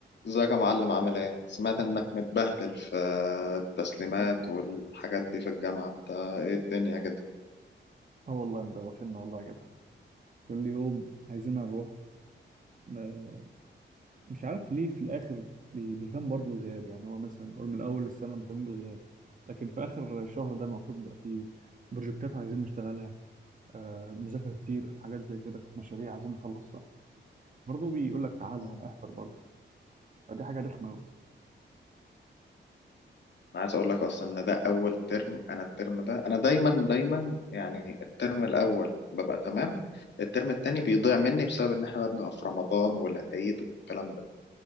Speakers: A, on the left (about 65°); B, on the right (about 45°).
A: ازيك يا معلم عامل ايه؟ سمعت انك متبهدل في التسليمات والحاجات دي في الجامعة انت ايه الدنيا كده؟
B: اه والله مدوخنا والله يا جدع كل يوم عايزين نروح ما- مش عارف ليه في الاخر بي- بيهتم برضه بالغياب يعني هو مثلا قول من اول السنه مهتم بالغياب لكن في اخر شهر ده المفروض بقى فيه بروجكتات عايزين نشتغلها آه مذاكره كتير حاجات زي كده مشاريع عايزين نخلصها برضه بيقول لك تعالى
A: مم.
B: احضر برضه فدي حاجه رخمه قوي
A: انا عايز اقول لك اصلا ان ده اول ترم انا الترم ده انا دايما دايما يعني الترم الاول ببقى تمام الترم التاني بيضيع مني بسبب ان احنا بقى بنبقى في رمضان والعيد والكلام ده